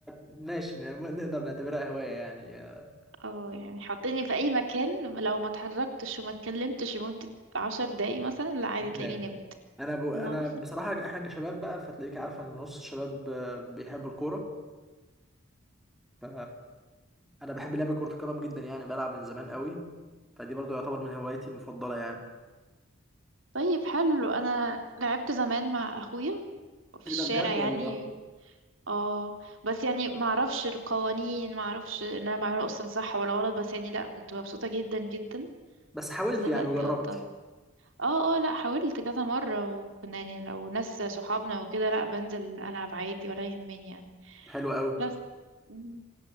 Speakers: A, in the centre; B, on the right.
A: ماشي ن- نقدر نعتبرها هواية يعني آه،
B: اه يعني حطيني في أي مكان لو ما اتحركتش وما اتكلمتش لمدة عشر دقايق مثلا لا عادي
A: هتنام
B: تلاقيني نمت
A: انا ب... انا
B: آه.
A: بصراحه احنا كشباب بقى فتلاقيك عارفه ان نص الشباب آه، بيحبوا الكوره ف انا بحب لعب كرة القدم جدا يعني بلعب من زمان قوي فدي برضو يعتبر من هوايتي المفضلة يعني
B: طيب حلو أنا لعبت زمان مع أخويا في
A: ايه
B: الشارع
A: ده بجد
B: يعني
A: والله
B: اه بس يعني ما اعرفش القوانين ما اعرفش ان انا بعمله اصلا صح ولا غلط بس يعني لا كنت مبسوطة جدا جدا
A: بس حاولت
B: بس دلوقتي
A: يعني وجربت
B: بطلت اه اه لا حاولت كذا مرة وكنا يعني لو ناس صحابنا وكده لا بنزل العب عادي ولا يهمني يعني
A: حلو قوي
B: بس مم.